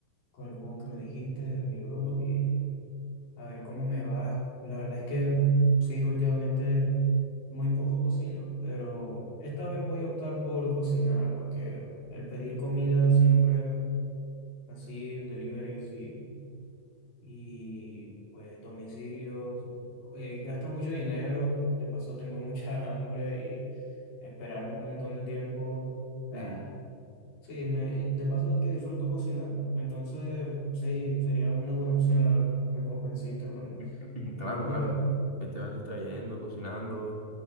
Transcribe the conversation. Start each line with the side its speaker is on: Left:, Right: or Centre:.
Left: con el cubo que me dijiste, mi bro, y a ver cómo me va. La verdad es que sí, últimamente muy poco cocino, pero esta vez voy a optar por cocinar, porque el pedir comida siempre así, deliveries y, y pues domicilios, eh, gasta mucho dinero, de paso tengo mucha <laughs> hambre y esperar un montón de tiempo.
Right: Sí.
Left: ah, Sí, me, y de paso que disfruto cocinar, entonces sí, sería una buena opción, la verdad. Me convenciste, hermano.
Right: <clears throat>
Left: Vamos
Right: Claro, claro.
Left: a ver.
Right: Ahí te vas distrayendo, cocinando